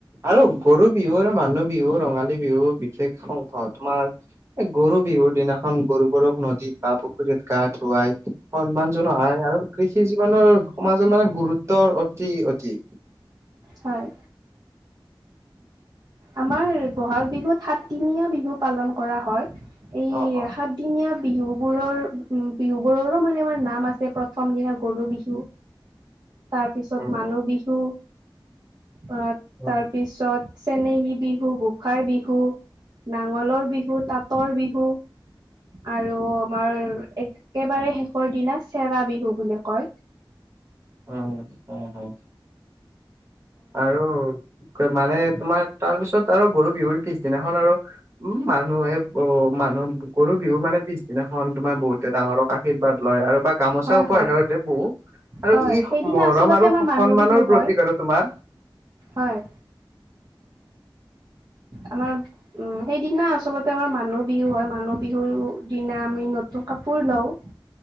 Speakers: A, on the right; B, on the right.
A: আৰু গৰু বিহু আৰু মানুহ বিহু ৰঙালী বিহু সেই খন ক' তোমাৰ এই গৰু বিহুৰ দিনাখন গৰু গৰুক নদীত বাঁ পুখুৰীত গা ধুৱাই সন্মান জনোৱা হয় আৰু কৃষি জীৱনৰ সমাজত মানে গুৰুত্বৰ অতি অধিক
B: হয় আমাৰ বহাগ বিহুত সাতদিনীয়া বিহু পালন কৰা হয়। এই
A: অ অ
B: সাতদিনীয়া বিহু বোৰৰ উম, বিহু বোৰৰো মানে আমাৰ নাম আছে প্ৰথম দিনা গৰু বিহু। তাৰ পিছত
A: উম
B: মানুহ বিহু অ',
A: উম
B: তাৰ পিছত চেনেহী বিহু, গোসাঁই বিহ, নাঙলৰ বিহু, তাঁতৰ বিহু আৰু আমাৰ একেবাৰে শেষৰ দিনা চেৰা বিহু বুলি কয়
A: অ', অ', হ, আৰু মানে তোমাৰ তাৰ পিছত আৰু গৰু বিহুৰ পিছদিনাখন আৰু উম মানুহে অ মানুহ গৰু বিহু মানে পিছদিনাখন তোমাৰ বহুতে ডাঙৰক আশীৰ্বাদ লয় আৰু বাকী গামোচা
B: হয়
A: <unintelligible>
B: হয়
A: দিয়ে বহু আৰু
B: হয়
A: ই
B: সেইদিনা
A: মৰম
B: আচলতে
A: আৰু
B: আমাৰ মানুহ
A: সন্মানৰ
B: বিহু
A: প্ৰতীক
B: হয়,
A: আৰু তোমাৰ।
B: হয়। আমাৰ উম, সেইদিনা আচলতে আমাৰ মানুহ বিহু হয়। মানুহ বিহুৰ দিনা আমি নতুন কাপোৰ লওঁ।